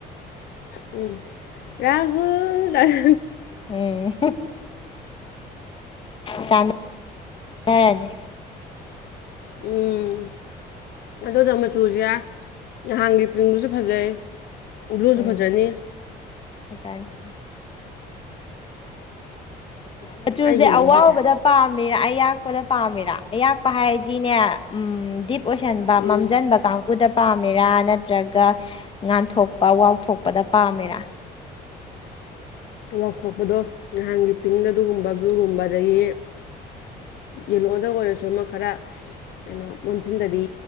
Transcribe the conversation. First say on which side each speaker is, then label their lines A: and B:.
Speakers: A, on the left; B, on the left.
A: ꯎꯝ ꯔꯍꯨꯜ ꯑꯔ
B: ꯎꯝ ꯆꯥꯟꯅꯔꯅꯤ
A: ꯎꯝ ꯑꯗꯨꯗ ꯃꯆꯨꯁꯦ ꯅꯍꯥꯟꯒꯤ ꯄꯤꯡꯗꯨꯁꯨ ꯐꯖꯩ ꯕ꯭ꯂꯨ ꯁꯨꯐꯖꯅꯤ
B: ꯎꯝ ꯐꯖꯅꯤ ꯃꯆꯨꯁꯦ
A: ꯑꯩ ꯌꯦꯜꯂꯣ
B: ꯑꯋꯥꯎꯕꯗ
A: ꯁꯤꯁꯦ
B: ꯄꯥꯝꯃꯤꯔ ꯑꯌꯥꯛꯄꯗ ꯄꯥꯝꯃꯤꯔꯥ ꯑꯌꯥꯛꯄ ꯍꯥꯏꯗꯤꯅꯦ ꯎꯝ ꯗꯤꯞ ꯑꯣꯏꯁꯟꯕ
A: ꯎꯝ
B: ꯃꯝꯁꯤꯟꯕ ꯀꯥꯡꯕꯨꯨꯗ ꯄꯥꯝꯃꯦꯔꯥ ꯅꯠꯇ꯭ꯔꯒ ꯉꯥꯟꯊꯣꯛꯄ ꯋꯥꯎꯊꯣꯛꯄꯗ ꯄꯥꯝꯃꯦꯔꯥ
A: ꯋꯥꯎꯊꯣꯛꯄꯗꯣ ꯅꯍꯥꯟꯒꯤ ꯄꯤꯡꯗ ꯑꯗꯨꯒꯨꯝꯕ ꯨꯕꯂꯨ ꯒꯨꯝꯕ ꯑꯗꯒꯤ ꯌꯦꯜꯂꯣꯗ ꯑꯣꯏꯔꯁꯨ ꯑꯃ ꯈꯔ ꯀꯩꯅꯣ ꯃꯝꯁꯤꯟꯗꯕꯤ